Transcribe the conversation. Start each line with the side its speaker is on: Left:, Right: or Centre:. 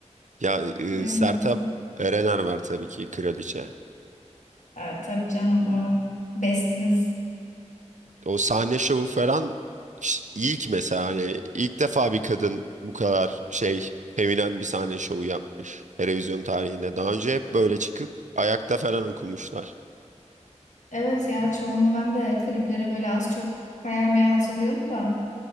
Right: Ya e,
Left: Duymadım
Right: Sertab
Left: çok.
Right: Erener var tabii ki kraliçe.
Left: Ha, tabii canım o bestimiz.
Right: O sahne şovu falan ş- ilk mesela hani ilk defa bir kadın bu kadar şey feminen bir sahne şovu yapmış televizyon tarihinde. Daha önce hep böyle çıkıp ayakta falan okumuşlar.
Left: Evet ya çoğunu ben de klipleri böyle az çok hayal meyal hatırlıyorum da